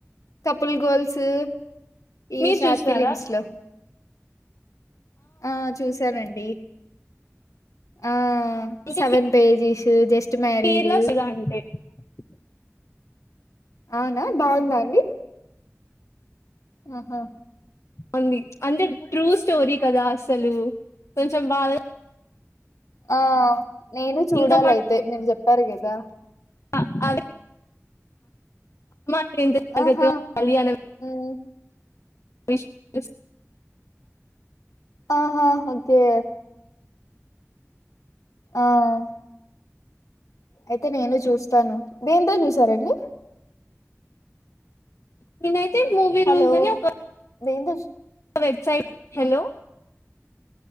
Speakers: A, on the left; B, on the left.
A: కపుల్ గోల్సు ఇవి
B: మీరు
A: షార్ట్
B: చూసినారా
A: ఫిలిమ్స్లో ఆ చూసానండి ఆ
B: ఇంకా
A: సెవెన్ పేజీస్ జస్ట్
B: <unintelligible>
A: మ్యారీడ్ అవ్నా బాగుందా అండి ఆహా
B: అంది అంటే ట్రూ స్టోరీ కదా అసలూ కొంచెం బాదా
A: ఆ నేను చూడాలైతే
B: ఇంకా
A: మీరు చెప్పారు కదా
B: ఆ అవి మ <inaudible>
A: ఆహా
B: కళ్యాణం
A: మ్మ్
B: <inaudible>
A: ఆహాహోకే ఆహ్ అయితే నేను చూస్తాను దేంతో చూసారండి
B: నేనైతే మూవీ
A: హలో
B: రూల్సని ఒక
A: దేంతో
B: వెబ్సైట్ హలో